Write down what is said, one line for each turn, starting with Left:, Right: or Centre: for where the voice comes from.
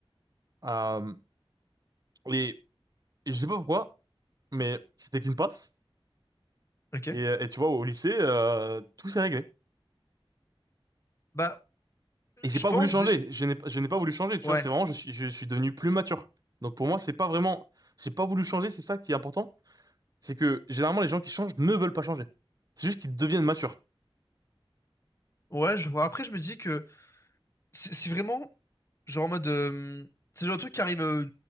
Right: Euh, et, et je sais pas pourquoi, mais c'était qu'une passe.
Left: ok.
Right: Et, et tu vois, au lycée, euh, tout s'est réglé.
Left: Bah,
Right: Et j'ai
Left: je
Right: pas
Left: pense.
Right: voulu changer.
Left: dé-
Right: Je n'ai, je n'ai pas voulu changer, tu
Left: Ouais,
Right: vois. C'est vraiment, je suis, je suis devenu plus mature. Donc pour moi, c'est pas vraiment, j'ai pas voulu changer. C'est ça qui est important. C'est que généralement, les gens qui changent ne veulent pas changer. C'est juste qu'ils deviennent matures.
Left: ouais, je vois. Après, je me dis que si si vraiment, genre en mode. euh, c'est le genre de truc qui arrive euh,